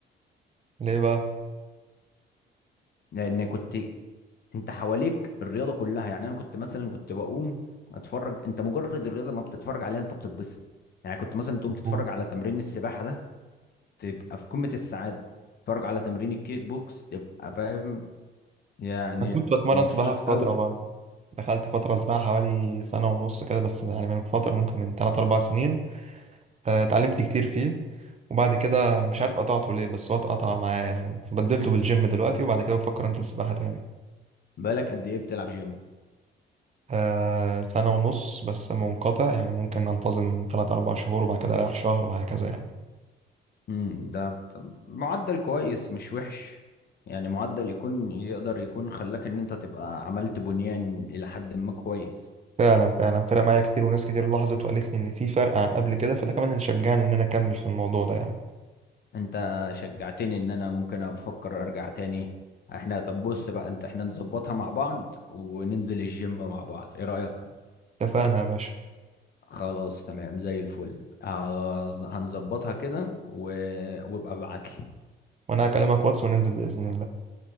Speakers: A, on the right; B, on the left.
A: ليه بقى
B: لان كنت انت حواليك الرياضه كلها يعني انا كنت مثلا كنت بقوم اتفرج انت مجرد الرياضه ما بتتفرج عليها انت بتتبسط يعني كنت مثلا تقوم
A: مظبوط.
B: تتفرج على تمرين السباحه ده تبقى في قمة السعادة اتفرج على تمرين الكيك بوكس تبقى فاهم يعني
A: انا كنت بتمرن
B: مبسوط
A: سباحه في
B: قوي
A: فتره برضه دخلت فتره سباحه حوالي سنه ونص كده بس يعني من فتره ممكن من 3 4 سنين آه، اتعلمت كتير فيه وبعد كده مش عارف قطعته ليه بس هو اتقطع معايا يعني فبدلته بالجيم دلوقتي وبعد كده بفكر انزل سباحه تاني
B: بالك قد ايه بتلعب جيم
A: آه، سنه ونص بس منقطع يعني ممكن انتظم 3 4 شهور وبعد كده اريح شهر وهكذا يعني
B: امم ده ت- معدل كويس مش وحش يعني معدل يكون يقدر يكون خلاك ان انت تبقى عملت بنيان الى حد ما كويس
A: فعلا فعلا فرق معايا كتير وناس كتير لاحظت وقالت لي ان في فرق عن قبل كده فده كمان اللي شجعني ان انا اكمل في الموضوع ده يعني
B: انت شجعتني ان انا ممكن افكر ارجع تاني احنا طب بص بقى انت احنا نظبطها مع بعض وننزل الجيم مع بعض ايه رأيك
A: اتفقنا يا باشا
B: خلاص تمام زي الفل هز- هنظبطها كده و... وابقى ابعتلي
A: وانا هكلمك واتس وننزل باذن الله